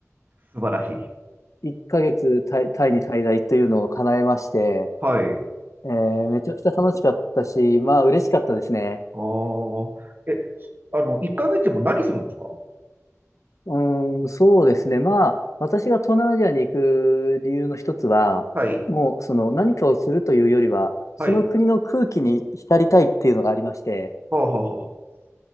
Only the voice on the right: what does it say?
素晴らしい。
はい。
ああ、え、あの、1ヶ月も何するんですか
はい、
はい。はあ、はあ、はあ。